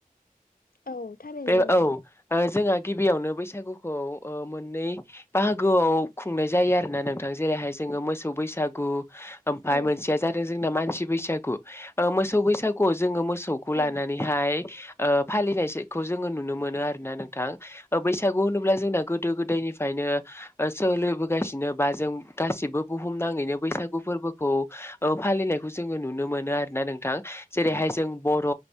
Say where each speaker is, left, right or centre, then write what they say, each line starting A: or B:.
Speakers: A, on the left; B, on the left.
A: औ थारैनो
B: बे
A: नोंथां
B: औ जोंहा गिबियावनो बैसागु खौ ओ मोननै बाहागोआव खुंनाय जायो आरो ना नोंथां जेरैहाय जोङो मोसौ बैसागु ओमफाय
A: औ
B: मोनसेया जादों जोंना मानसि बैसागु मोसौ बैसागुआव जोङो मोसौखौ
A: औ
B: लानानैहाय ओ फालिनायखौ जोङो नु नो मोनो आरो ना नोंथां बैसागु जोंना गोदो गोदायनिफ्रायनो ओ सोलिबोगासिनो बा जों गासिबो बुहुम नाङैनो बैसागु फोरबोखौ ओ फालिनायखौ जोङो नु नुनो मोनो आरोना नोंथां जेरैहाय जों बर'